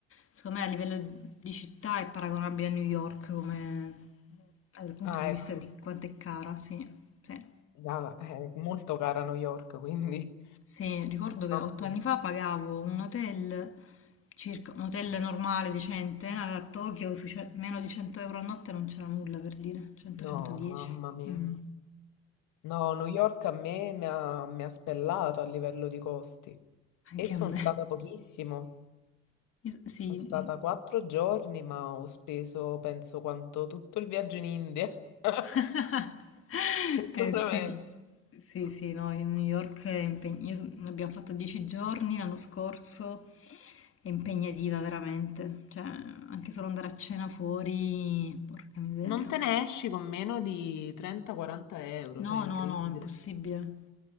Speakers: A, on the left; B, on the left.
A: secondo me, a livello di città è paragonabile a New York come dal punto
B: Ah,
A: di vista
B: ecco.
A: di quanto è cara, sì. Sì.
B: Da- è molto cara New York, quindi...
A: Sì, ricordo che
B: Mamma
A: otto
B: mia.
A: anni fa pagavo un hotel, circa, un hotel normale, decente, a Tokyo, sui ce- meno di 100 euro a notte non c'era nulla per dire, 100-110.
B: No, mamma mia.
A: Mm,
B: No, New York a me mi ha, mi ha spellato a livello di costi.
A: anche
B: E sono
A: a me.
B: stata pochissimo.
A: <laughs> Io- sì.
B: Sono
A: mm.
B: stata quattro giorni, ma ho speso, penso, quanto tutto il viaggio in India. <laughs>
A: <laughs> Eh
B: Veramente.
A: sì, sì, sì, no, in New York è impegnativa. Abbiamo fatto 10 giorni l'anno scorso, è impegnativa veramente. Cioè, anche solo andare a cena fuori, porca miseria.
B: Non te ne esci con meno di 30-40 euro,
A: No,
B: cioè è incredibile.
A: no, no, impossibile.